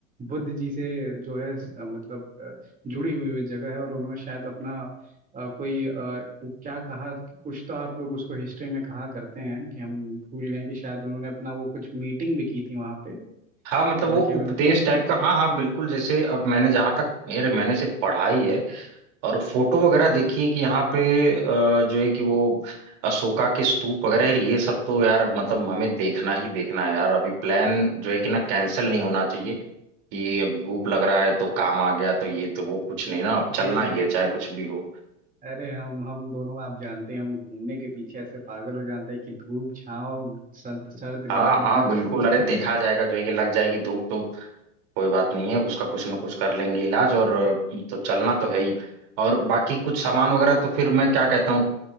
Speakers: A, on the right (about 20°); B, on the right (about 50°).
A: बुद्ध जी से जो है स- मतलब अ, जुड़ी हुई हुई जगह है और उन्होंने शायद अपना अ, कोई अ, वो क्या कहा कि कुछ तो आप लोग उसको हिस्ट्री में कहा करते हैं कि हम भूल गए कि शायद उन्होंने अपना वो कुछ मीटिंग भी की थी वहां पे
B: हाँ मतलब
A: हालांकि
B: वो
A: हमें
B: उपदेश
A: उस शब्द
B: टाइप
A: याद
B: का हाँ हाँ बिल्कुल जैसे अब मैंने जहां तक मेरे मैंने सिर्फ पढ़ाई है और फोटो वगैरह देखिए कि यहाँ पे अ, जो है कि वो अशोका के स्तूप वगैरह है, ये सब तो यार मतलब हमें देखना ही देखना है यार अभी प्लान जो है कि ना कैंसिल नहीं होना चाहिए कि अब धूप लग रहा है तो काम आ गया तो ये तो वो कुछ नहीं ना अब चलना
A: नहीं नहीं
B: ही
A: नहीं।
B: है चाहे कुछ भी हो
A: अरे हम हम दोनों आप जानते हैं हम घूमने के पीछे ऐसे पागल हो जाते हैं कि धूप छाँव सर्द सर्द
B: हाँ
A: गर्म
B: हाँ
A: हमें
B: बिल्कुल
A: उससे कुछ
B: अरे
A: नहीं
B: देखा जाएगा जो है कि लग जाएगी धूप तो कोई बात नहीं है उसका कुछ ना कुछ कर लेंगे इलाज और अ, तो चलना तो है ही और बाकी कुछ सामान वगैरह तो फिर मैं क्या कहता हूँ